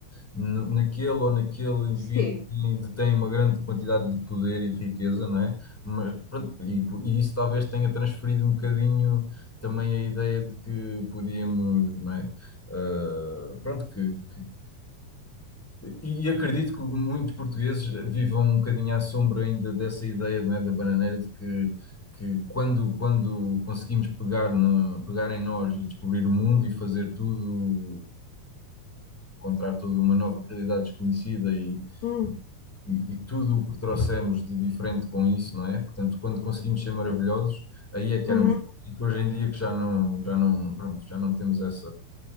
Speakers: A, in the centre; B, on the left.
A: no- naquele ou naquele indivíduo
B: Sim.
A: que detém uma grande quantidade de poder e de riqueza, não é? Mas, pronto, e, por- e isso talvez tenha transferido um bocadinho também a ideia de que podíamos, não é? Ah, pronto, que, que e, e acredito que muitos portugueses vivam um bocadinho à sombra ainda dessa ideia, não é, da bananeira, de que, que quando, quando conseguimos pegar, no, pegar em nós e descobrir o mundo e fazer tudo, encontrar toda uma nova realidade desconhecida e,
B: Uhum.
A: e, e tudo o que trouxemos de diferente com isso, não é? Portanto, quando conseguimos ser maravilhosos, aí é que
B: Uhum.
A: éramos. E que hoje em dia que já não, já não, pronto, já não temos essa,